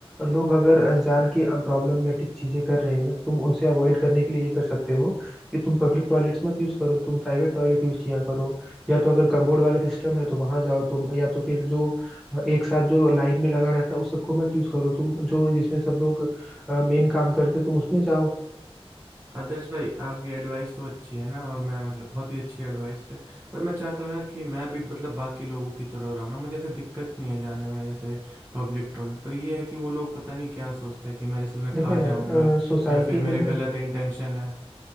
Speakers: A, in the centre; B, on the right.
A: लोग अगर अनजान की प्रॉब्लमेटिक चीजें कर रहे हैं ना तो तुम उनसे अवॉइड करने के लिए ये कर सकते हो कि तुम पब्लिक टॉयलेट्स मत यूज करो तुम प्राइवेट टॉयलेट यूज किया करो या तो अगर कम्बोर्ड वाला सिस्टम है तो वहां जाओ तुम या तो फिर जो एक साथ जो लाइन में लगा रहता है उस सबको मत यूज करो तुम जो जिसमें सब लोग मेन काम करते हैं, तुम उसमें जाओ
B: आदर्श भाई आपकी एडवाइस तो अच्छी है ना और मैं मतलब बहुत ही अच्छी एडवाइस है पर मैं चाहता हूँ यार कि मैं भी मतलब बाकी लोगों की तरह रहूँ ना मुझे ऐसे दिक्कत नहीं है जाने में जैसे पब्लिक टॉयलेट पर ये है कि वो लोग पता नहीं क्या सोचते हैं कि मैं जैसे उन्हें
A: देखो
B: खा
A: यार
B: जाऊंगा
A: सोसाइटी
B: या फिर मेरे
A: में ना
B: गलत इंटेंशन है